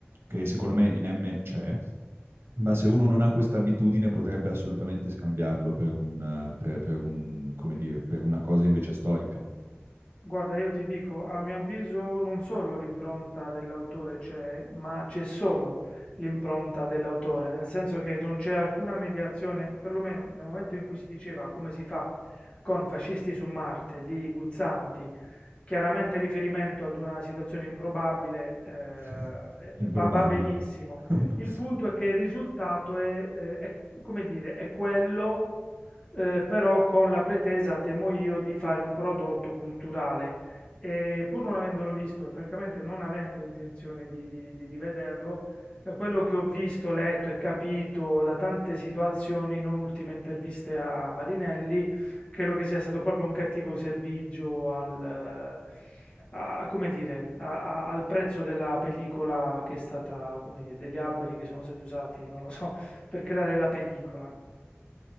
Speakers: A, on the right; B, on the left.
A: che secondo me in M c'è ma se uno non ha questa abitudine potrebbe assolutamente scambiarlo per un, eh, per- per un- come dire, per una cosa invece storica.
B: Guarda, io ti dico, a mio avviso non solo l'impronta dell'autore c'è, ma c'è solo l'impronta dell'autore, nel senso che non c'è alcuna mediazione, perlomeno nel momento in cui si diceva come si fa con Fascisti su Marte di Guzzanti, chiaramente riferimento ad una situazione improbabile, eh, eh,
A: <laughs> Improbabile.
B: va, va benissimo.
A: <laughs>
B: Il punto è che il risultato è, eh, è, come dire, è quello eh, però con la pretesa, temo io, di fare un prodotto culturale. E pur non avendolo visto e francamente non avendo intenzione di, di- di- di vederlo, da quello che ho visto, letto e capito da tante situazioni, non ultime interviste a Marinelli, credo che sia stato proprio un cattivo servizio al, eh, a- come dire, a- a- al prezzo della pellicola che è stata, come dire, degli alberi che sono stati usati, non lo so, <laughs> per creare la pellicola.